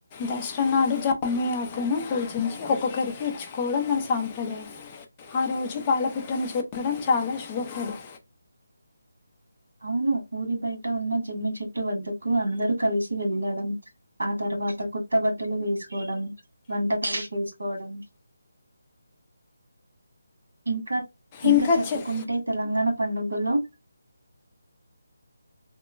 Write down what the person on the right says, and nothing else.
ఔను ఊరి బయట ఉన్న జమ్మి చెట్టు వద్దకు అందరూ కలిసి వెళ్ళడం, ఆ తర్వాత్ త కొత్త బట్టలు వేస్కోడం, వంటకాలు చేస్కోవడం ఇంకాత్ ఇంక
చెప్పుకుంటే
తెలంగాణ పండుగలో